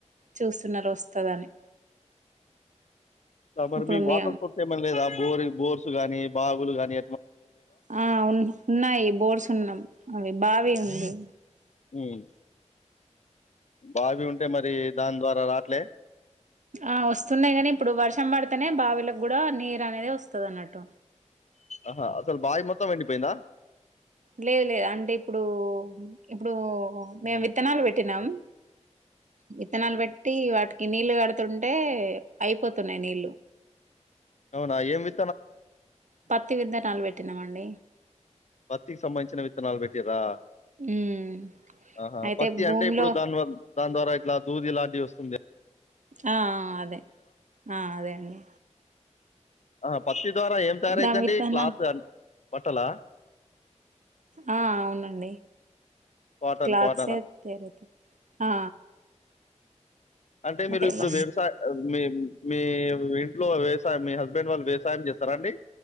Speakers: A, on the right (about 80°); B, on the left (about 70°).
A: చూస్తున్నారు వస్తదని
B: మరి
A: ఇప్పుడు
B: మీకు
A: మే
B: వాటర్ సోర్స్ ఏమైనా లేదా బోర్ బోర్స్ గానీ బావూలు గాని
A: ఆ ఉ ఉన్నాయి బోర్స్ ఉన్నాం అవి బావి ఉంది
B: హ్మ్ బావి ఉంటే మరి దాని ద్వారా రాట్లే
A: ఆ వస్తున్నాయి గని ఇప్పుడు వర్షం పడితేనే బావిలకు కూడా నీరు అనేది వస్తది అన్నట్టు
B: ఆహా అసలు బాయి మొత్తం ఎండి పోయిందా
A: లేదు లేదు అంటే ఇప్పుడు ఇప్పుడు మేము విత్తనాలు పెట్టినాం విత్తనాలు బేట్టి వాటికి నీళ్ళు కడుతుంటే అయిపోతున్నాయి నీళ్ళు
B: అవునా ఏం వి
A: పత్తి విత్తనాలు పెట్టినమండి
B: పత్తికి సంబంధించిన విత్తనాలులు పెట్టిరా
A: ఉమ్
B: ఆహా
A: అయితే
B: పత్తి
A: భూమిలో
B: అంటే ఇప్పుడు దాన్ దాని ద్వారా రా దూది ఇలాంటివి వస్తుంది
A: ఆ ఆ అదే ఆ అదే అండి
B: ఆ పత్తి ద్వారా ఏం తయారైతుంది
A: దాని విత్తనం
B: క్లాత్ బట్టల
A: ఆ అవునండి
B: కాటన్
A: క్లాథ్
B: కాటనా
A: ఏ తయారవుతాయి ఆ
B: అంటే
A: అయితే
B: మీరు ఇప్పుడు
A: వ
B: వ్యవసాయ్ ఆ మీ మీ ఇంట్లో వ్యవసాయం మీ హస్బెండ్ వాళ్ళు వ్యవసాయం చేస్తారండి